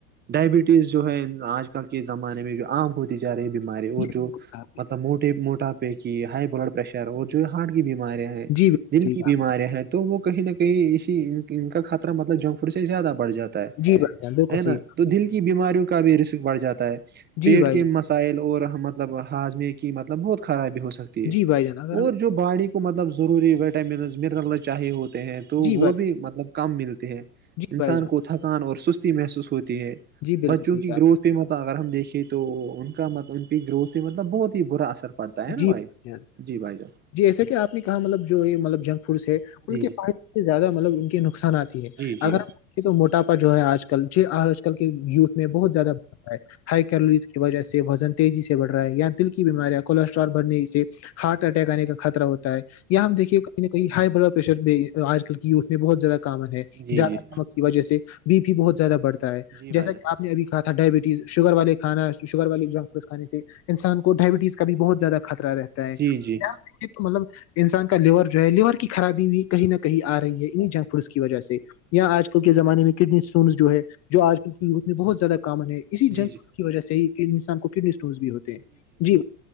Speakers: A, on the right (about 25°); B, on the left (about 35°).
A: ڈائبٹیز جو ہے آج کل کے زمانے میں جو آمام ہوتی جا رہی بیماری اور
B: جی بالکل
A: جو
B: کہا آپ نے،
A: مطلب موٹے موٹاپے کی ہائی بلڈ پریشر اور جو ہارٹ کی بیماری ہیں
B: جی بالکل
A: دل
B: صحیح
A: کی
B: کہا
A: بیماریاں
B: آپ نے،
A: ہیں تو وہ کہیں نہ کہیں اسی ان کا خطرہ مطلب جنک فوڈ سے زیادہ بڑھ جاتا ہے ہے
B: جی بھائی جان بالکل
A: ہے نا
B: صحیح کہا
A: تو
B: آپ نے،
A: دل کی بیماریوں کا بھی رسک بڑھ جاتا ہے پیٹ
B: جی بھائی
A: کے
B: جان
A: مسل اسائل اور مطلب ہاضمے کی مطلب بہت خرابی ہو سکتی ہے
B: جی بھائی جان اگر ہم
A: اور جو باڑی اس کو مطلب ضروری ویٹامنز منرلز چاہی ہوتے ہیں تو وہ
B: جی بھائی
A: بھی
B: جان
A: مطلب کم ملتے ہیں
B: جی
A: انسان
B: بھائی جان
A: کو تھکان اور سستی محسوس ہوتی ہے
B: جی
A: بچوں
B: بالکل صحیح
A: کی
B: کہا
A: گروتھ
B: آپ
A: پہ متہ اگر ہم دیکھیں تو تو ان کا مطلب ان کی گروتھ پ مطلب بہت ہی برا اثر پڑتا
B: نے،
A: ہے نا
B: جی
A: بھائی
B: جان۔
A: جی بھائی جان
B: جی ایسے کہ آپ نے کہا مطلب جو یہ مطلب جنک فوڈس ہے ان
A: جی
B: کے پ سے زیادہ مطلب ان کے نقصانات ہے
A: جی
B: اگر
A: جی
B: آپ دیکے تو موٹاپا جو ہے آج کل ج آج کل کے یوتھ میں بہت زیادہ بڑھتا ہے ہائی کیلورز کی وجہ سے وزن تیزی سے بڑ رہا ہے یا دل کی بیماریاں کولسٹرال بھرنے سے ہارٹ اٹیک آنے کا خطرہ ہوتا ہے یا ہم دیکھیے کہ ہائی بلڈ پریشر بھی آج کل کی یوتھ میں بہت زیادہ کامن ہےیاد
A: جی جی جی جی
B: وجہ سے بی پی بہت زیادہ بڑھتا ہے
A: جی بھائی
B: جیسا کہ
A: جان
B: آپ نےبھی تھا ڈائبٹیز شوگر والے کانا شوگر والے جنک فوڈس کھے سے انسان کو ڈائبٹیز کا بھی بہت زیادہ خطرہ رہتا ہے
A: جی جی
B: رے تو مطلب انسان کا لیور جو ہے لیور کی خرابی بھی کہیں نہ کہیں آ رہی ہے انہیں جنگ فوس کی وجہ سے یہاں آج کل کے زمانے میں کڈنی اسٹونس جو ہے جو آج کل کی یوتھ میں بہت زیادہ کامن ہے اسی
A: جی
B: جنگ
A: جی
B: کی وجہ سے ہی انسان کو کڈنی اسٹون بھی ہوتے ہیں جی